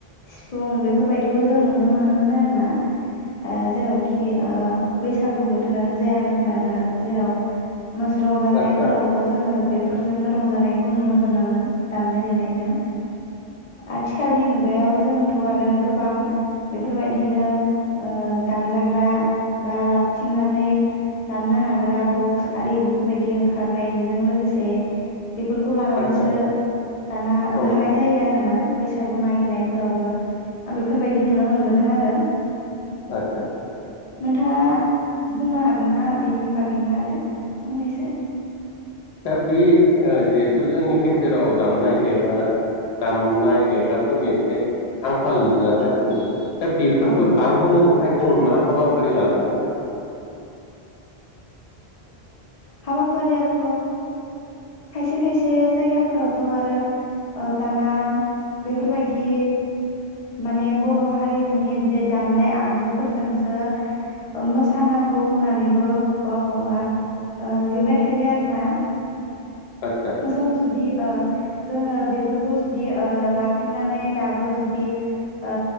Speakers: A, on the left (about 45°); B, on the left (about 75°).
A: सिफुं बेफोरबायदिखौ जों नुनो मोनोमोन आरोना जेरावखि बैसागुबो बोथोरानो जा मानो जेराव मोस्रां जानायफोरावबो
B: आदसा
A: जोङो बे फोरजोंनो रंजानायखौ नुनो मोनोमोन दामनाय देनायजों आथिालनि मुगायाव जोंथ' आरो गोबां बेफोरबायदिनो दामजाग्रा बावाथ नानै दामनो हाग्रा बक्स आरि बेफोरबायदि ओंखारनायजों लोगोसे बेफोरखौ लानानैसो
B: आदसा
A: दाना
B: औ
A: ओंखारनाय जायो आरोना बैसागु मागिनायफोरावबो आं बेफोरबायदि नुनो मोनबोदों आरो।
B: आथसा।
A: नोंथाङा। बुंनो हागोन ना बेनि बागैनो आरो फंनैसो।
B: दा बे जिहेथु जोंनि गेजेराव दामनाय देग्राफोरनि आंखाल नुजागासिनो दङ। दा बेफोरखौ
A: औ
B: बांहोनो थाखाय। जों मा हाबाफारि लाजागोन
A: हाबाफारियाथ' खायसे खायसे जायगाफोरावथ' आरो दाना बेफोरबायदि माने बर' हारिमुनि बे दामनाय आगजुफोरजोंसो मोसानांगौ होननानैबो। अबावबा अबावबा लिरनाय थायो आरो ना।
B: आदसा
A: जों जुदि ओ जोङो बेफोरखौ जुदि ओ लाफिननानै दाबो जुदि ओ